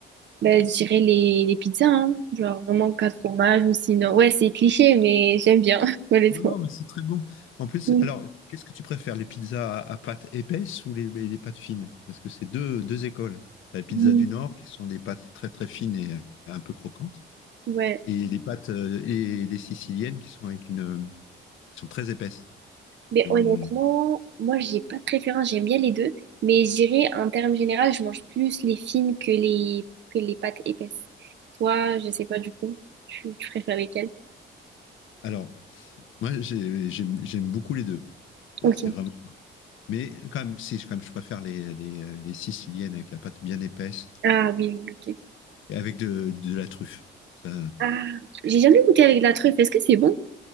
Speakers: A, on the right; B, on the left.
A: bah, j'irais les, les pizzas, hein. Genre vraiment quatre fromages ou sinon. Ouais, c'est cliché, mais j'aime bien, <laughs> honnêtement.
B: Non, non, mais c'est très bon. En plus,
A: Mhm.
B: alors, qu'est-ce que tu préfères, les pizzas à, à pâte épaisse ou les, les pâtes fines? Parce que c'est deux, deux écoles. Tu as les pizzas
A: Mhm.
B: du Nord qui sont des pâtes très très fines et euh, un peu croquantes.
A: Ouais.
B: et les pâtes euh, et les siciliennes qui sont avec une euh, qui sont très épaisses
A: Mais
B: qui ont
A: honnêtement, moi, j'ai pas de préférence. J'aime bien les deux. Mais j'irais, en termes généraux, je mange plus les fines que les, que les pâtes épaisses. Toi, je sais pas du coup. Tu, tu préfères lesquelles?
B: alors moi j'ai- j'aime j'aime beaucoup les deux
A: Ok.
B: Euh, c'est vraiment mais quand même si quand même je préfère les, les, les siciliennes avec la pâte bien épaisse
A: Ah oui, oui, ok.
B: et avec de, de la truffe ça
A: Ah, j'ai jamais goûté avec de la truffe. Est-ce que c'est bon?